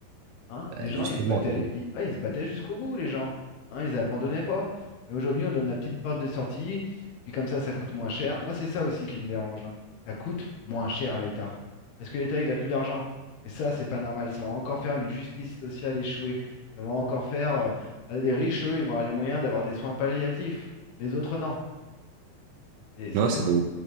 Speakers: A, on the left (about 70°); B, on the right (about 80°).
A: Hein,
B: Bah,
A: les gens,
B: Justement,
A: ils se battaient,
B: elle-
A: ils, ouais, ils se battaient jusqu'au bout, les gens. Hein, ils abandonnaient pas. Et aujourd'hui, on donne la petite porte de sortie, puis comme ça, ça coûte moins cher. Moi, c'est ça aussi qui me dérange. hein. Ça coûte moins cher à l'État. Parce que l'État, il a plus d'argent. Et ça, c'est pas normal. Ça va encore faire une justice sociale échouée. Ça va encore faire. euh, bah, les riches, eux, ils vont avoir les moyens d'avoir des soins palliatifs. Les autres, non. Et c'est
B: non,
A: souvent.
B: c'est